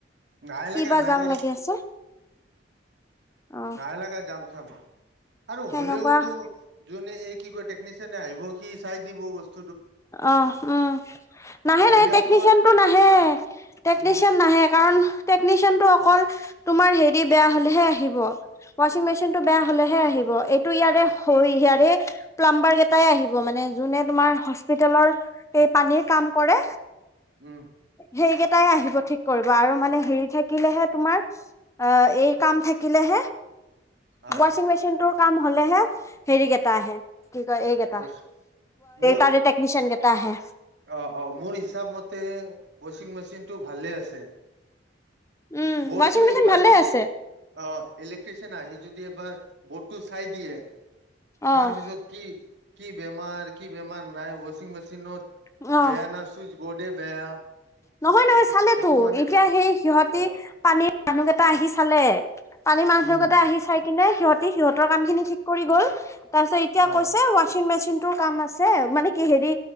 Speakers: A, on the right (about 65°); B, on the left (about 15°).
A: নাই
B: কিবা
A: লাগা নাই
B: জাম
A: লাগা
B: লাগি আছে অ
A: নাই লগা যাম চাম আৰু
B: সেনেকুৱা
A: হলেওতো যোনে এই, কি কয় টেকনিচিয়ানে আহিব কি চাই দিব বস্তু।
B: অ উম। নাহে
A: আহিলে
B: নাহে টেকনিচিয়ানটো
A: অকল
B: নাহে, টেকনিচিয়ান
A: উম,
B: নাহে কাৰণ, টেকনিচিয়ান টো
A: হয়
B: অকল, তোমাৰ হেৰি বেয়া হলেহে আহিব ৱাচিং মেচিনটো বেয়া হলেহে আহিব। এইটো ইয়াৰে ইয়াৰে প্লাম্বাৰ এটাই আহিব মানে যোনে তোমাৰ, হস্পিতলৰ এই পানীৰ কাম কৰে।
A: উম,
B: সেইকেইটা, তাই আহিব ঠিক কৰিব আৰু মানে হেৰি থাকিলেহে তোমাৰ অ এই কাম থাকিলেহে।
A: আহ
B: ৱাচিং মেচিনটোৰ, কাম হলেহে হেৰি কেইটা আহে। কি কয় এইকেইটা।
A: বছ মোৰ
B: তাৰে টেক, মিচনকটা আহে।
A: অ অ মোৰ হিচাপ মতে ৱাশ্বিং মেচিনটো ভালে আছে।
B: উম,
A: বৰ্ডটো
B: ৱাশ্বিং মেচিন
A: একবাৰ
B: ভালে
A: যদি
B: আছে
A: অ ইলেক্ট্ৰিচিয়ান আহি যদি এইবাৰ বৰ্ডটো চাই দিয়ে,
B: অ'।
A: তাৰপিছত কি কি বেমাৰ কি বেমাৰ নাই, ৱাচিং মেচিনত,
B: অ',
A: বেয়া ন চুইজ বৰ্ডে বেয়া।
B: নহয় নহয় চালেতো।
A: এইটো মানে
B: এতিয়া সেই সিহঁতি
A: অ
B: পানীৰ মানুহ কেইটা আহি চালে। কালি মাজ
A: উম
B: ভাগতে আহি চাই কিনে, সিহঁতে সিহঁতৰ কাম খিনি ঠিক কৰি গ'ল। তাৰপিছত এতিয়া
A: অ
B: কৈছে, ৱাচিং মেচিন তোৰ কাম আছে মানে কি হেৰি